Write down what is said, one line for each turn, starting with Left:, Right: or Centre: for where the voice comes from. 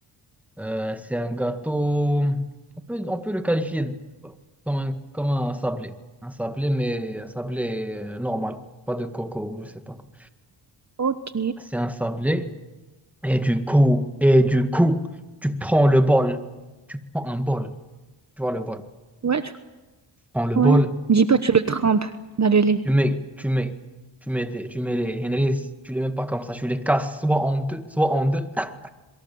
Centre: euh, c'est un gâteau, on peut, on peut le qualifier comme un, comme un sablé. Un sablé, mais un sablé euh, normal, pas de coco, je sais pas quoi.
Right: Ok.
Centre: C'est un sablé, et du coup, et du coup, tu prends le bol, tu prends un bol, tu vois le bol.
Right: Ouais, tu-
Centre: prends le bol,
Right: ouais. Dis pas, que tu le trempes dans le lait.
Centre: tu mets, tu mets, tu mets, des- tu mets les Henrys, tu les mets pas comme ça, tu les casses soit en deux, soit en deux, tac,